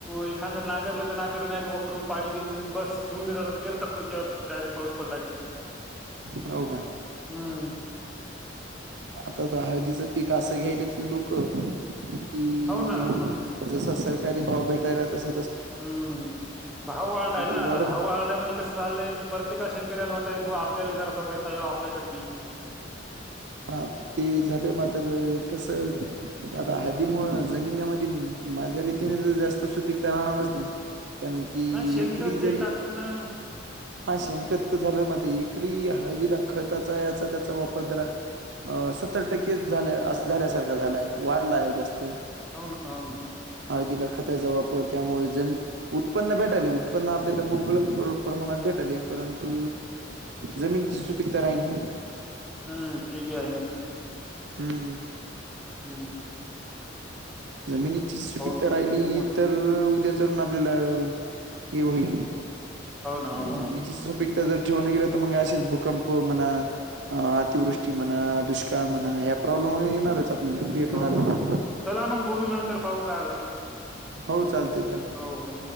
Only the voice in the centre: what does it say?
एखादं नागरलं तर नागरलं, नाही तर वखरून पाळी घेऊन, बस ठेवून देतात. पेरतात पुढच्या वर्षी डायरेक्ट, पाऊस पाडला की?
हम्म.
हो ना हो ना
हम्म, भाऊवाल्डा य ना,
आता भाऊवाल्डा म्हणजे कसं झालंय, प्रत्येका शेतकऱ्याला वाटायल ब आपल्याला जरा पैसा यावा, आपल्याकड बी.
नाही शेणखत
हे टाकणं
होना होना.
हम्म, ते बी हाय ना.
हम्म.
हो ना.
मग
हो ना हो ना
हो ना
हम्म
हो
ना हो ना चला मग बोलू नंतर पाहू काय होते ते.
हो हो.